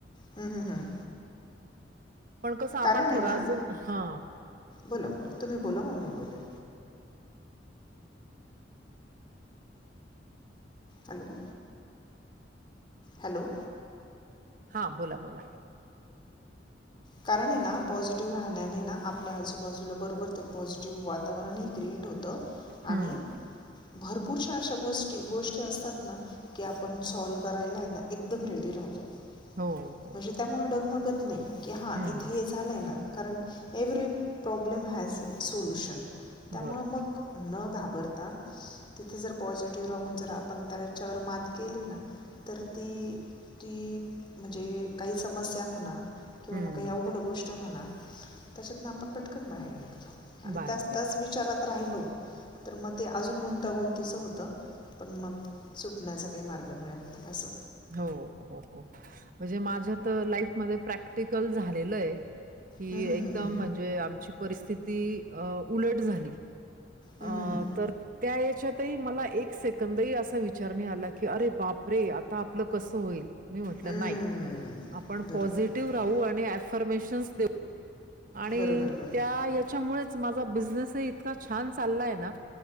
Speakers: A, on the left; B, on the right.
A: हम्म हम्म हम्म
B: पण कस
A: कारण
B: आपण थोड
A: आहे ना
B: अजून हा
A: बोला- बोला तुम्ही बोला मग मी बोलेन. हॅलो. हॅलो.
B: हा बोला बोला
A: कारण आहे ना पॉझिटिव्ह राहण्याने ना आपल्या आजूबाजूला बरोबर ते पॉझिटिव्ह वाता- वातावरणही क्रिएट होत
B: हं.
A: आणि भरपूरशा अशा गोष्टी गोष्टी असतात ना की आपण सॉल्व करायला आहे ना, एकदम रेडी राहतो.
B: हो हो.
A: म्हणजे त्यामुळे डगमगत नाही की हा
B: हं.
A: इथेच झाल आहे ना, कारण every problem has a solution. त्यामुळ
B: बरोबर.
A: मग न घाबरता तिथे जर पॉझिटिव्ह राहून जर आपण त्याच्यावर मात केली ना तर ती की म्हणजे काही समस्या म्हणा. किंवा
B: हं.
A: मग काही अवघड गोष्ट म्हणा त्याच्यातन आपण पटकन बाहेर निघतो आणि
B: बाहेर
A: त्याच त्याच विचारात राहिलो तर मग ते अजून गुंतागुंतीचं होत पण मग सुटण्याचा काही मार्ग त्यामुळे अस
B: हो हो हो, म्हणजे माझ्या तर लाईफमध्ये प्रॅक्टिकल झालेल हे कि,
A: हं हं
B: एकदम
A: हं हं
B: म्हणजे आमची परिस्थिती उलट झाली. अं
A: हं हं हं
B: तर त्या याच्यातही मला एक सेकदही असा विचारणी आला की अरे बापरे आता आपल कस होईल. मी म्हटल
A: हम्म.
B: नाही, आपण
A: बरोबर
B: पॉझिटिव्ह
A: बरोबर
B: राहू आणि अऍफर्मेशन्स आणि
A: बरोबर बरोबर
B: त्या याच्यामुळेच माझा बिझनेस इतका छान चाललाय ना